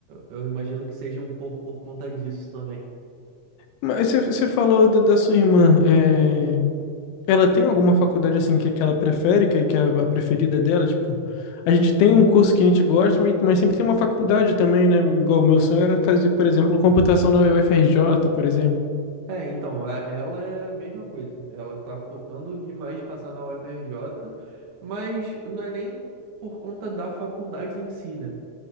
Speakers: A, on the right; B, on the left.
A: eu imagino que seja um pouco por conta disso também.
B: Mas você você falou da, da sua irmã. é, Ela tem alguma faculdade assim que, que ela prefere, que, que é a preferida dela? Tipo, a gente tem um curso que a gente gosta, mas, mas sempre tem uma faculdade também, né? Igual o meu sonho era fazer, por exemplo, computação na UFRJ, por exemplo.
A: É, então, a- ela é a mesma coisa. Ela tá focando demais passar na UFRJ, mas não é nem por conta da faculdade em si, né?